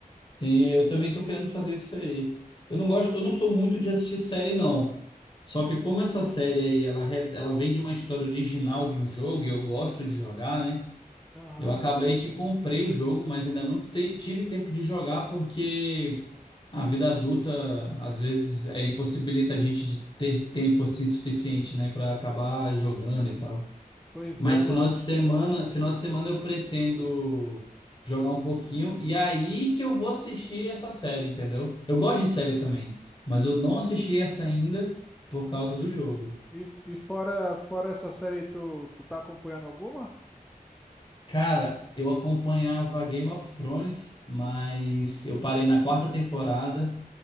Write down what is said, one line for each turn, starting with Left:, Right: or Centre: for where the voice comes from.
Left: Sim, eu também tô querendo fazer isso aí. Eu não gosto, eu não sou muito de assistir série, não. Só que como essa série aí, ela, re- ela vem de uma história original de um jogo, e eu gosto de jogar, né?
Centre: Aham.
Left: Eu acabei que comprei o jogo, mas ainda não te- tive tempo de jogar porque A vida adulta, às vezes, é, impossibilita a gente de ter tempo assim suficiente, né, para acabar jogando e tal.
Centre: Pois
Left: Mas
Centre: é, mano.
Left: final de semana, final de semana eu pretendo jogar um pouquinho e aí que eu vou assistir essa série, entendeu? Eu gosto de série também, mas eu não assisti essa ainda por causa do jogo.
Centre: E, e fora, fora essa série, aí, tu, tu tá acompanhando alguma?
Left: Cara, eu acompanhava Game of Thrones, mas eu parei na quarta temporada.